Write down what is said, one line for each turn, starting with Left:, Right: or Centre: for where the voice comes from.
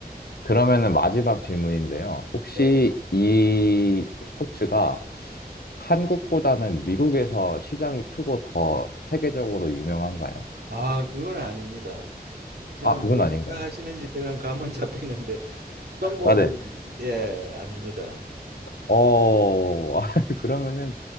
Left: 그러면은 마지막 질문인데요. 혹시
Right: 네.
Left: 이 스포츠가 한국보다는 미국에서 시장이 크고 더 세계적으로 유명한가요?
Right: 아, 그건 아닙니다. 제가
Left: 아, 그건
Right: 뭘
Left: 아닌가요?
Right: 생각하시는지 제가 감은 <laughs> 잡히는데 종목은
Left: 아, 네.
Right: 예, 아닙니다.
Left: 어, <laughs> 아, 그러면은